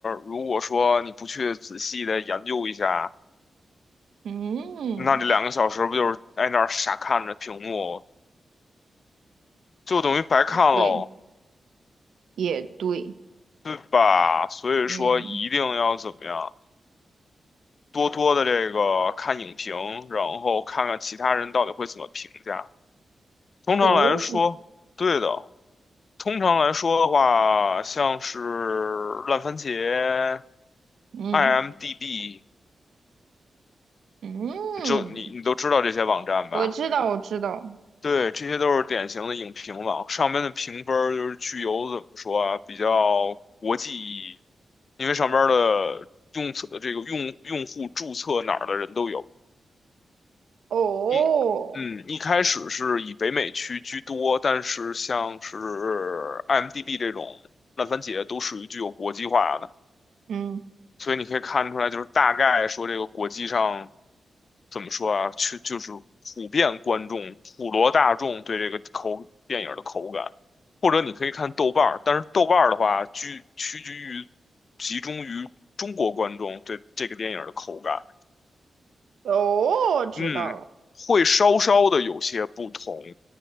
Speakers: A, on the left; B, on the right.
A: 如果说你不去仔细的研究一下，
B: 嗯，
A: 那这两个小时不就是在那儿傻看着屏幕，就等于白看喽。
B: 对，也对，
A: 对吧？所以说一定要怎么样，
B: 嗯，
A: 多多的这个看影评，然后看看其他人到底会怎么评价。通常来说，
B: 哦，
A: 对的。通常来说的话，像是烂番茄、
B: 嗯
A: IMDB，
B: 嗯。
A: 就你你都知道这些网站吧？
B: 我知道，我知道。
A: 对，这些都是典型的影评网，上面的评分儿就是具有怎么说啊，比较国际意义，因为上边儿的用册这个用用户注册哪儿的人都有。
B: 哦，
A: 一，嗯，一开始是以北美区居多，但是像是 IMDB 这种烂番茄都属于具有国际化的，
B: 嗯，
A: 所以你可以看出来，就是大概说这个国际上怎么说啊，去就是普遍观众、普罗大众对这个口电影的口感，或者你可以看豆瓣儿，但是豆瓣儿的话，居屈居于集中于中国观众对这个电影的口感，
B: 哦，知道了。
A: 嗯，会稍稍的有些不同。